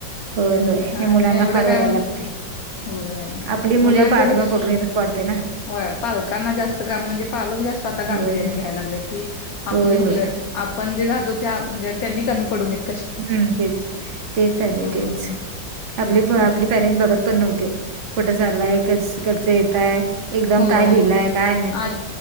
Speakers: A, on the right; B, on the left.
A: होय, होय. हे
B: आणि
A: मुलांना
B: एवढं
A: फार
B: काय
A: बगायला
B: म्हण
A: लागतय.
B: होय
A: आपली मुलं
B: मुलांच्या
A: पाठीमाग
B: पेक्षा
A: पडू नयेत अस वाटतयं ना.
B: होय. पालकांना जास्त गाम म्हणजे पालक जास्त आता गाम
A: होय.
B: -- बिर्याने घ्याय लागल्यात कि
A: होय
B: आपली मुलं
A: होय
B: आपण जे राहतो त्यां म्हंजी त्यांनी कमी पडू नयेत.
A: हम्म तेच तेच चाले
B: हो
A: तेच
B: तेच
A: आपले
B: की
A: आपली पॅरेंट बघत पण नव्हते. कुठं चाललाय? कस कसं येताय? एक्झाम
B: होय
A: काय लिहिलंय
B: होय
A: काय नाही.
B: आ